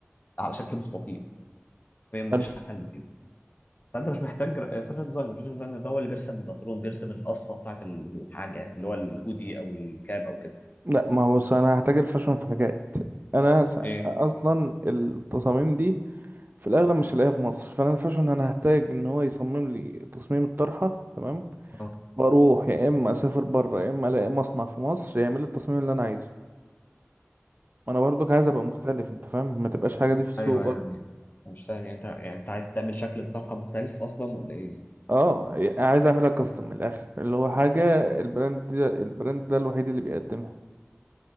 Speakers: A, on the left; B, on the right.
A: على شكل مستطيل فهي ما
B: مم.
A: فيش اسهل من كده فانت مش محتاج جرا- فاشن ديزاينر فاشن ديزاينر ده هو اللي بيرسم الباترون بيرسم القصه بتاعت الحاجه يعني، اللي هو الهودي او الكاب او كده
B: لا ما بص انا هحتاج الفاشن في حاجات انا س-
A: ايه
B: اصلا التصاميم دي في الاغلب مش هلاقيها في مصر فانا الفاشن انا هحتاج ان هو يصمم لي تصميم الطرحه تمام
A: اه
B: واروح يا اما اسافر بره يا اما الاقي مصنع في مصر يعمل لي التصميم اللي انا عايزه ما انا برضك عايز ابقى مختلف انت فاهم ما تبقاش حاجه دي في السوق
A: ايوه
B: برضه
A: يعني مش فاهم يعني انت يعني انت عايز تعمل شكل الطرحه مختلف اصلا ولا ايه
B: اه عايز اعملها كاستم من الاخر اللي هو حاجه البراند ده البراند ده الوحيد اللي بيقدمها